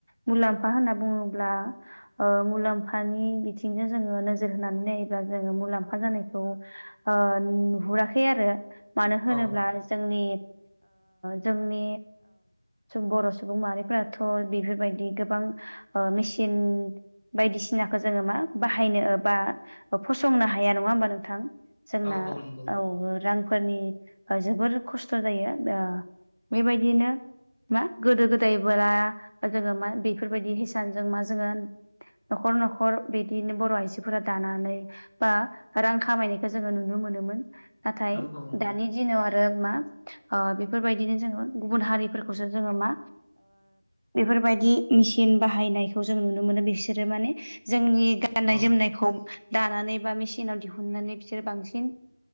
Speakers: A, on the right; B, on the left.
A: मुलाम्फा होनना बुङोब्ला मुलाम्फानि बिथिंजों जोङो नोजोर होनानै नायोब्ला जोङो मुलाम्फा जानायखौ नुहुराखै आरो मानो होनोब्ला
B: औ
A: जोंनि जोंनि बर' सुबुं माहारिफोराथ' बेफोरबायदि गोबां मेसिन बायदिसिनाखौ जोङो मा बाहायनो बा फसंनो हाया नङा होमबा नोंथां जोंना
B: औ औ नंगौ
A: औ रांफोरनि जोबोर खस्थ' जायो बेबायदिनो मा गोदो गोदाय बा जोङो मा बेफोरबायदि हिसानजों मा जोङो न'खर न'खर बिदिनो बर' आइजोफोरा दानानै बा रां खामायनायखौ जोङो नुनो मोनोमोन नाथाय
B: औ औ
A: दानि दिनाव आरो मा बेफोरबायदिनो जोङो गुबुन हारिफोरखौसो जोङो मा बेफोरबायदि मेसििन बाहायनायखौ जों नुनो मोनो बिसोरो माने जोंनि गाननाय
B: औ
A: जोमनायखौ दानानै बा मेसििनाव दिहुननानै बिसोर बांसिन